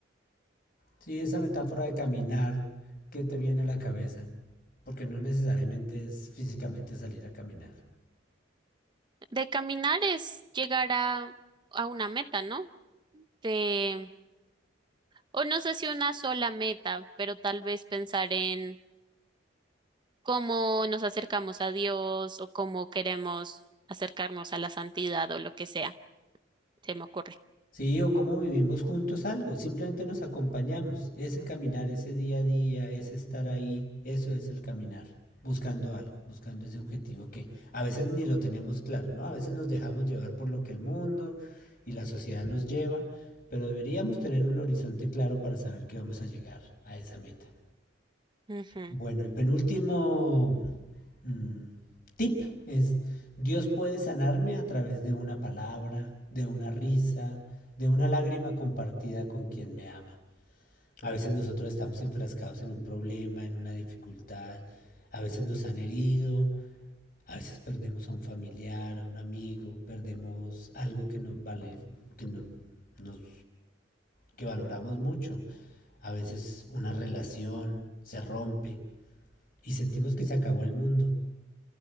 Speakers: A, on the left; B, on the right.
A: sí, esa metáfora de caminar que te viene a la cabeza, porque no necesariamente es físicamente salir a caminar.
B: De caminar es llegar a, a una meta, ¿no? De, o no sé si una sola meta, pero tal vez pensar en cómo nos acercamos a Dios o cómo queremos acercarnos a la santidad o lo que sea, se me ocurre.
A: Sí, o cómo vivimos juntos algo, simplemente nos acompañamos. Ese caminar, ese día a día, ese estar ahí, eso es el caminar, buscando algo, buscando ese objetivo que a veces ni lo tenemos claro, ¿no? A veces nos dejamos llevar por lo que el mundo y la sociedad nos lleva, pero deberíamos tener un horizonte claro para saber que vamos a llegar a esa meta.
B: Ujú,
A: Bueno, el penúltimo mm, tip es, Dios puede sanarme a través de una palabra, de una risa, de una lágrima compartida con quien me ama. A veces nosotros estamos enfrascados en un problema, en una dificultad, a veces nos han herido, a veces perdemos a un familiar, a un amigo, perdemos algo que nos vale, que no- nos que valoramos mucho. A veces una relación se rompe y sentimos que se acabó el mundo.